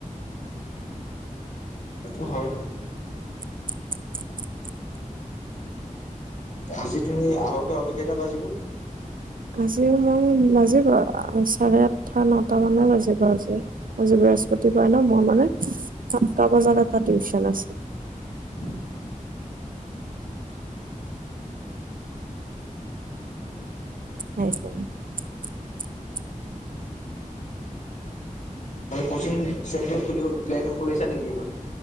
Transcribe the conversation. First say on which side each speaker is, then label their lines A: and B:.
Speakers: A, on the left; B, on the right.
A: আটো হয়
B: <unintelligible>
A: আজি তুমি আহোতে আহোতে কেইটা বাজিব
B: আজিও মই বাজিব চাৰে আঠটা নটা মানে বাজিব আজি আজি বৃহস্পতি ৰাপাই ন মোৰ মানে সাতটা বজাত এটা টিউচন আছে
A: উম
B: <inaudible>
A: কচি চেণ্টাৰ খিব প্লেন কৰিছা নেকি?